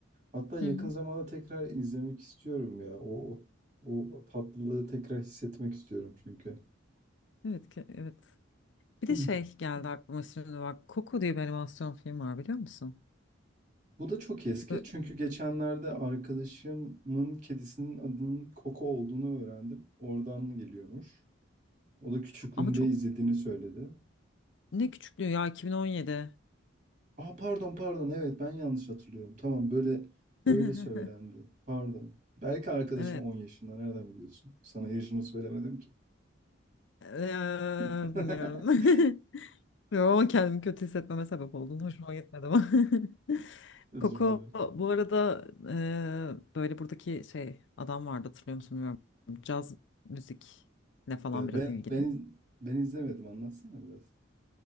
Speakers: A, on the right (about 40°); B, on the left (about 65°).
A: Hatta yakın
B: Hı hı.
A: zamanda tekrar izlemek istiyorum ya. O, o, o tatlılığı tekrar hissetmek istiyorum çünkü.
B: Evet, ke- evet.
A: <clears throat>
B: Bir de şey geldi aklıma şimdi bak. Coco diye bir animasyon film var biliyor musun?
A: Bu da çok eski
B: Böyle-
A: çünkü geçenlerde arkadaşımın kedisinin adının Koko olduğunu öğrendim. Oradan geliyormuş. O da küçüklüğünde
B: ama çok
A: izlediğini söyledi.
B: ne küçüklüğü ya 2017.
A: Aa pardon pardon evet ben yanlış hatırlıyorum. Tamam böyle böyle
B: <laughs>
A: söylendi. Pardon. Belki arkadaşım
B: Evet.
A: 10 yaşında nereden biliyorsun? Sana yaşını söylemedim ki.
B: Eee,
A: <laughs>
B: bilmiyorum. <laughs> Bilmiyorum ama kendimi kötü hissetmeme sebep oldun. Hoşuma gitmedi ama. <laughs>
A: Özür
B: Koko
A: dilerim.
B: bu arada eee, böyle buradaki şey adam vardı hatırlıyor musun bilmiyorum. Caz müzikle falan
A: Ee,
B: biraz
A: ben
B: ilgili.
A: ben iz- ben izlemedim anlatsana biraz.